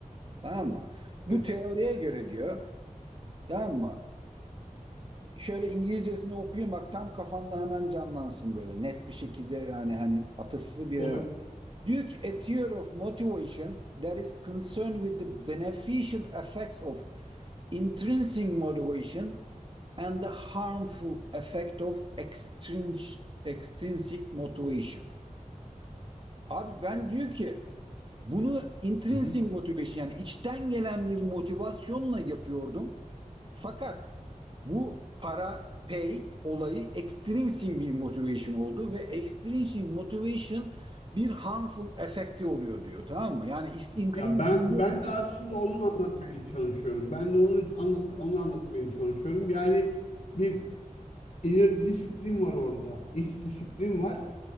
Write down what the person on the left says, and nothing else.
Evet,
olur.
Hı hı.
Ya ben
ben
de aslında onu anlatmaya çalışıyorum. Ben de onu anla- onu anlatmaya çalışıyorum. Yani bir inner disiplin var orada. İç disiplin var.